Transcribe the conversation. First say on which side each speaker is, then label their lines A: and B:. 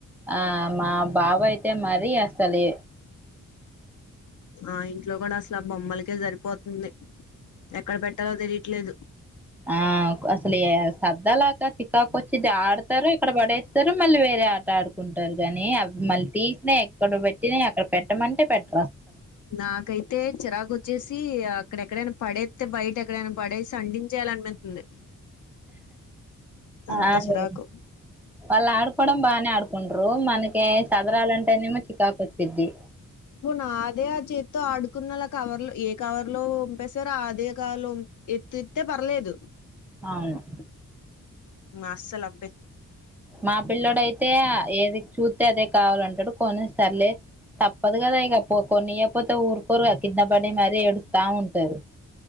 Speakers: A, in the centre; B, on the left.
A: ఆ మా బాబు అయితే, మరి అసలీ
B: ఆ ఇంట్లో గుడా అసలు, ఆ బొమ్మలకే సరిపోతుంది. ఎక్కడ పెట్టాలో తెలియట్లేదు.
A: ఆ కో అసలు ఏ సద్దలేక చికాకు ఒచ్చింది. ఆడతారు ఇక్కడో పడేస్ స్తారు, మళ్ళీ వేరే ఆట ఆడుకుంటారు గానీ, అవి మళ్ళీ తీసినయి ఎక్కడ పెట్టినా అక్కడ పెట్టమంటే పెట్
B: నాకైతే చిరాకు ఓచ్చేసి, అక్కడెక్కడైనా పడేత్తే బయట ఎక్ పడేసి అంటించెయ్యాలనిపితోంది. అంత
A: అవును.
B: చిరాకు
A: వాళ్ళు ఆడుకోవడం బానే ఆడుకుంటుర్రు, మనకి సదరాలంటేనేమో చికాకొచ్చిద్ది.
B: మొన్న అదే ఆ చేతితో ఆడుకున్నలా ఆ కవర్ లో, ఏ కవర్ లో ఓంపేశారో అదే కాలుమ్ ఎత్తేత్తే పర్లేదు.
A: అవును.
B: అస్సలు అబ్బే
A: మా పిల్లోడైతే ఆ ఏది చూత్తే, అదే కావాలంటాడు పోనీ సర్లే. తప్పదు గదా ఇగా, పో కొన్నియ్యకపోతే ఊరుకోరుగా కింద పడి మరి ఏడస్తా ఉంటారు.